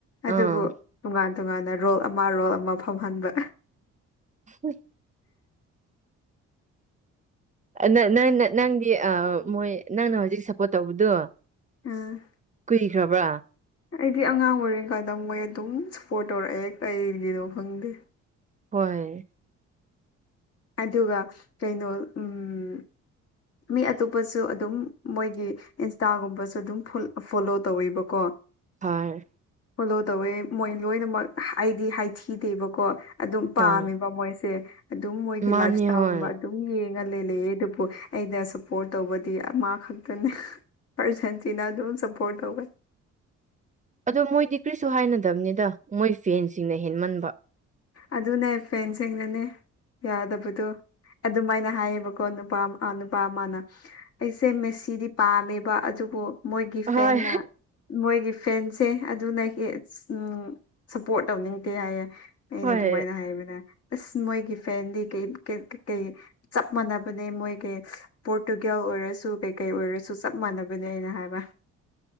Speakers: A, on the left (about 50°); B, on the right (about 25°).
A: ꯑꯗꯨꯕꯨ
B: ꯑꯥ
A: ꯇꯣꯉꯥꯟ ꯇꯣꯉꯥꯟꯅ ꯔꯣꯜ ꯑꯃ ꯔꯣꯜ ꯑꯃ ꯐꯝꯍꯟꯕ
B: ꯎꯠ ꯅ ꯅꯪ ꯅꯪꯗꯤ ꯃꯣꯏ ꯅꯪꯅ ꯍꯧꯖꯤꯛ ꯁꯞꯄꯣꯔꯠ ꯇꯧꯕꯗꯣ
A: ꯎꯝ
B: ꯀꯨꯏꯈ꯭ꯔꯕ꯭ꯔꯥ
A: ꯑꯩꯗꯤ ꯑꯉꯥꯡ ꯑꯣꯏꯔꯤꯉꯩ ꯀꯥꯟꯗ ꯃꯣꯏ ꯑꯗꯨꯝ ꯁꯞꯄꯣꯔꯠ ꯇꯧꯔꯛꯑꯦ ꯀꯩꯒꯤꯅꯣ ꯈꯪꯗꯦ
B: ꯍꯣꯏ
A: ꯑꯗꯨꯒ ꯀꯩꯅꯣ ꯎꯝ ꯃꯤ ꯑꯇꯣꯞꯄꯁꯨ ꯑꯗꯨꯝ ꯃꯣꯏꯒꯤ ꯏꯟꯁꯇꯥꯒꯨꯝꯕꯁꯨ ꯑꯗꯨꯝ ꯐꯣꯂꯣ ꯇꯧꯋꯦꯕꯀꯣ
B: ꯍ
A: ꯐꯣꯂꯣ ꯇꯧꯋꯦ ꯃꯣꯏ ꯂꯣꯏꯅꯃꯛ ꯑꯩꯗꯤ ꯍꯥꯏꯊꯤꯗꯦꯕꯀꯣ ꯑꯗꯨꯝ ꯄꯥꯝꯃꯤꯕ
B: ꯍꯣꯏ
A: ꯃꯣꯏꯁꯦ ꯑꯗꯨꯝ ꯃꯣꯏꯒꯤ
B: ꯃꯥꯅꯤ
A: ꯂꯥꯏꯞ ꯏꯁꯇꯥꯏꯜꯒꯨꯝꯕ
B: ꯍꯣꯏ
A: ꯑꯗꯨꯝ ꯌꯦꯡꯉ ꯂꯩ ꯂꯩꯑꯦ ꯑꯗꯨꯕꯨ ꯑꯩꯩꯅ ꯁꯞꯄꯣꯔꯠ ꯇꯧꯕꯗꯤ ꯑꯃ ꯈꯛꯇꯅꯦ ꯑꯔꯖꯦꯟꯇꯤꯅꯥ ꯑꯗꯨꯝ ꯁꯞꯄꯣꯔꯠ ꯇꯧꯒꯅꯤ
B: ꯑꯗꯣ ꯃꯣꯏꯗꯤ ꯀꯔꯤꯁꯨ ꯍꯥꯏꯅꯗꯕꯅꯤꯗ ꯃꯣꯏ ꯐꯦꯟꯁꯤꯡꯅ ꯍꯦꯟꯃꯟꯕ
A: ꯑꯗꯨꯅꯦ ꯐꯦꯟꯁꯤꯡꯅꯅꯦ ꯌꯥꯗꯕꯗꯣ ꯑꯗꯨꯃꯥꯏꯅ ꯍꯥꯏꯌꯦꯕꯀꯣ ꯅꯨꯄꯥ ꯅꯨꯄꯥ ꯑꯃꯅ ꯑꯩꯁꯦ ꯃꯦꯁꯤꯗꯤ ꯄꯥꯝꯃꯦꯕ ꯑꯗꯨꯕꯨ ꯃꯣꯏꯒꯤ ꯐꯦꯟꯅ
B: ꯍꯣꯏ
A: ꯃꯣꯏꯒꯤ ꯐꯦꯟꯁꯦ ꯑꯗꯨꯅ ꯎ ꯁꯞꯄꯣꯔꯠ ꯇꯧꯅꯤꯡꯗꯦ ꯍꯥꯏꯌꯦꯦ ꯑꯩꯅ
B: ꯍꯣꯏ
A: ꯑꯗꯨꯃꯥꯏꯅ ꯍꯥꯏꯔꯤꯕꯅꯦ ꯑꯁ ꯃꯣꯏꯒꯤ ꯐꯦꯟꯗꯤ ꯀꯩ ꯆꯞ ꯃꯥꯟꯅꯕꯅꯦ ꯃꯣꯏ ꯀꯩ ꯄꯣꯔꯇꯨꯒꯦꯜ ꯑꯣꯏꯔ ꯁꯨ ꯀꯩ ꯀꯩ ꯑꯣꯏꯔꯁꯨ ꯆꯞ ꯃꯥꯟꯅꯕꯅꯦ ꯑꯩꯅ ꯍꯥꯏꯕ